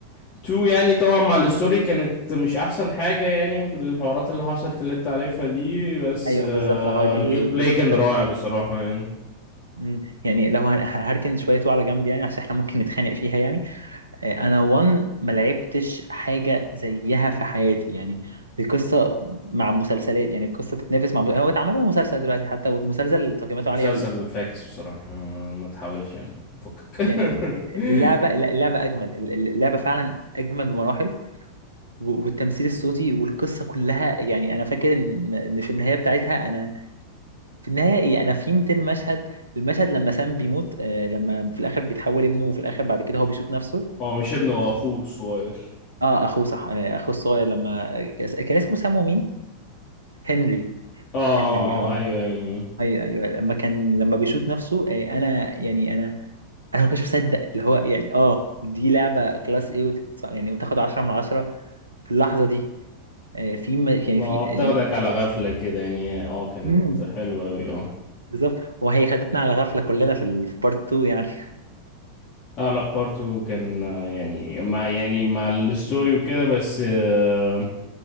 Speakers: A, on the left (about 35°); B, on the right (about 75°).
A: 2 يعني طبعا مع الستوري كانت مش احسن حاجه يعني بالحوارات اللي حصلت اللي انت عارفها دي بس
B: ايوه
A: آه،
B: بالظبط اهو دي
A: الجيم
B: اللي
A: بلاي
B: الناس
A: كان
B: بتختلف
A: رائع
B: فيها
A: بصراحه
B: اه
A: يعني
B: أمم، يعني لو هن- هركن شويه على جنب يعني عشان احنا ممكن نتخانق فيها يعني آه، انا وان ما لعبتش حاجه زيها في حياتي يعني القصه مع مسلسلات يعني القصه تتنافس مع مسلسل هو اتعمل له مسلسل دلوقتي حتى والمسلسل تقييماته
A: مسلسل
B: عاليه قوي
A: فاكس بصراحه آه، ما تحاولش يعني فكك
B: يعني
A: <laughs>
B: اللعبة لا، اللعبة أجمل اللعبة فعلا أجمل بمراحل و- والتمثيل الصوتي والقصة كلها يعني أنا فاكر إن إن في النهاية بتاعتها أنا في النهاية إيه أنا في 200 مشهد المشهد لما سام بيموت آه، لما في الآخر بيتحول ابنه وفي الآخر بعد كده هو بيشوط نفسه
A: هو مش ابنه هو اخوه الصغير
B: أه أخوه صح آه، أخوه الصغير لما كان اسمه سام ومين؟ هنري
A: اه آه، آه،
B: هنري أه
A: آه، ايوه ايوه
B: ايوه ايوه لما كان لما بيشوط نفسه آه، انا يعني انا انا ما كنتش مصدق اللي هو يعني اه دي لعبه كلاس ايه وتتص- يعني وتاخد 10 من 10 في اللحظه دي آه، في م- يعني
A: ما
B: في يعني
A: بتاخدك على غفلة كده يعني اه كانت
B: مم.
A: حلوة اوي اه
B: بالظبط وهي خدتنا على غفله كلنا في ال- في بارت 2 يعني <laughs>
A: اه لا بارت 2 كان آه، يعني مع يعني مع الستوري وكده بس آه،